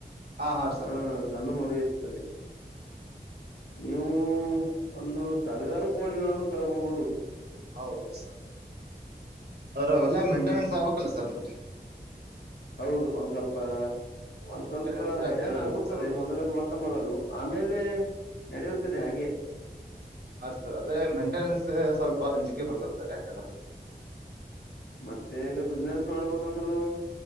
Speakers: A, on the right; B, on the left.
A: ಹಾ ಹಾ ಸರ್
B: ಹಾ ಸಣ್ಣ ಮರಿ ಇರ್ತದೆ ನೀವು ಒಂದು ಸಾವಿರಾರು ಕೋಳಿಗಳನ್ನು ತರಬಹುದು
A: ಹೌದು ಸರ್ ಸ ಅವೆಲ್ಲ
B: ಹ್ಮ್
A: ಮೇಂಟೆನೆನ್ಸ್ ಆಗ್ಕ್ಲ್ಲ ಸರ್ ನಮಗೆ
B: ಹೌದು ಒಂದ್ ಸ್ವಲ್ಪ ಒಂದ್ ಸ್ವಲ್ಪ
A: ಮೇಂಟೆನೆನ್ಸ್ ಜಾಸ್ತಿನೇ
B: ಹರಿಣ ಆಗುತ್ತದೆ
A: ಇರ್ಬೇಕು ಸರ್ ಅವಕ್
B: ಮೊದಲ ಮೊಟ್ಟ ಮೊದಲು ಆಮೇಲೆ ನಡೆಯುತ್ತದೆ ಹಾಗೆ
A: ಅ ಸರ್ ಅದೇ ಮೇಂಟೆನೆನ್ಸ್ ಸ್ವಲ್ಪ ಅಂಜಿಕೆ ಬರ್ತಾತಾರೆ ಯಾಕಂದ್ರ
B: ಮತ್ತೆ ಈಗ ಬಿಸ್ನೆಸ್ ಮಾಡ್ಬೇಕಂದ್ರರು